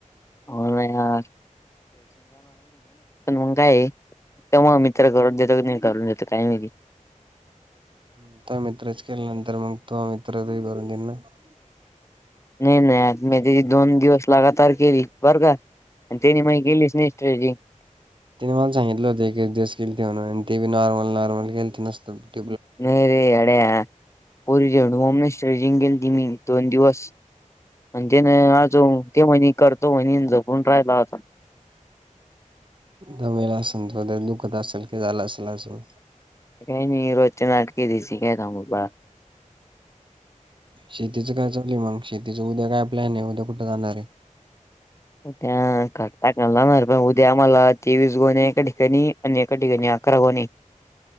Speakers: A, on the left; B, on the right.
A: <unintelligible> पण मग काय, तेव्हा मित्र करून देतो की नाही. करून देते काय माहित.
B: <unintelligible>
A: नाही नाही, आज मी <unintelligible> दोन दिवस लगातार केली बरं का. आणि त्यांनी माझी केली नाही <unintelligible>
B: त्यानी मला सांगितलं होते. एक एक दिवस केलती म्हणून आणि ते बी नॉर्मल नॉर्मल केलती नुसतं. <unintelligible>
A: नाही रे, ऐड्या पोरी <unintelligible> आणि तेन अजून ते म्हणी करतो म्हणी आणि झोपून राहिला होता.
B: दमेला असलं तो, दुखत असेल की झालं असेल असं.
A: काय नाही, रोजच्या नाटकी आहेत. ह्यची काय सांगू तुला.
B: शेतीचं काय चालूय मग? शेतीच उद्या काय प्लॅन आहे? उद्या कुठं जाणार आहे?
A: उद्या मला तेवीस गोणे एका ठिकाणी आणि एका ठिकाणी अकरा गोणी आहे.